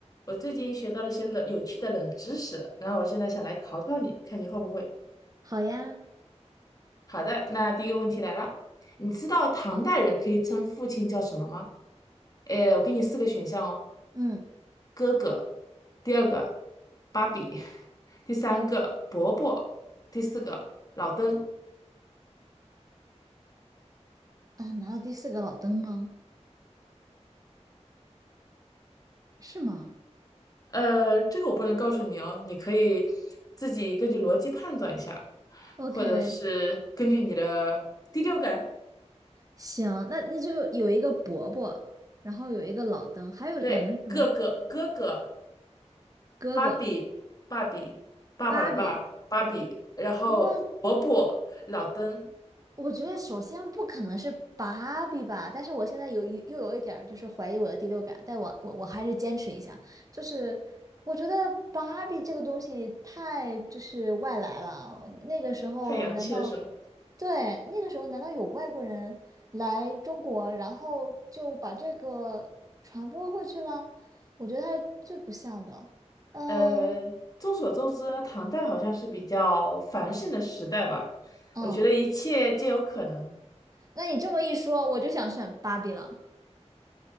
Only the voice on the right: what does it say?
好呀，
嗯
啊，难道第四个老登吗？是吗？
，OK，
行，那那就有一个伯伯，然后有一个老登，还有两个是什么？
哥哥，
芭比。
我
我觉得首先不可能是芭比吧，但是我现在有一又有一点儿就是怀疑我的第六感，但我我我还是坚持一下，就是我觉得芭比这个东西太就是外来了，那个时候难道
对那个时候难道有外国人来中国，然后就把这个传播过去了？我觉得它是最不像的。嗯
嗯，
那你这么一说，我就想选芭比了。